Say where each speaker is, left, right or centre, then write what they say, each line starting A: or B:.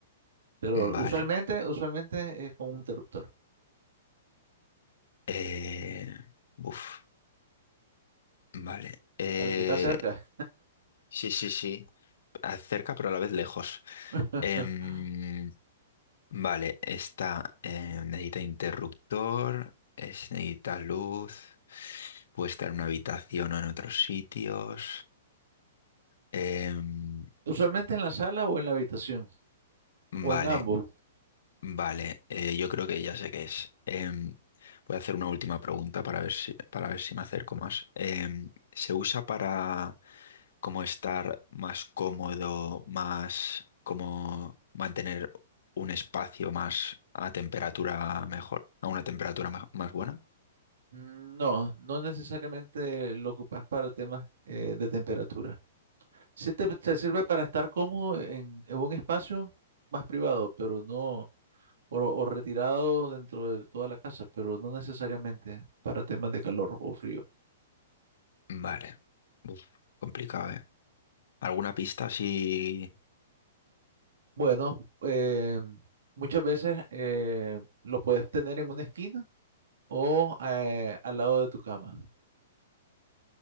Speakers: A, on the right; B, on the left.
A: Pero
B: vale.
A: usualmente, usualmente es con un interruptor,
B: Eh, buf, vale. Eh,
A: para el que está cerca.
B: sí, sí, sí. Cerca, pero a la vez lejos.
A: <laughs>
B: Em, Vale, esta eh, necesita interruptor, es- necesita luz, puede estar en una habitación o en otros sitios. Em,
A: Usualmente en la sala o en la habitación,
B: vale,
A: o en ambos.
B: vale, eh, yo creo que ya sé qué es. Em, voy a hacer una última pregunta para ver si, para ver si me acerco más. Em, ¿se usa para como estar más cómodo, más como mantener un espacio más a temperatura mejor, a una temperatura mej- más buena?
A: Mm, No, no necesariamente lo ocupas para temas eh, de temperatura. Sí te, te sirve para estar cómodo en en un espacio más privado, pero no. o, o retirado dentro de toda la casa, pero no necesariamente para temas de calor o frío.
B: Vale. Uf, complicado, ¿eh? ¿Alguna pista así?
A: Bueno, eh, muchas veces eh, lo puedes tener en una esquina o eh, al lado de tu cama.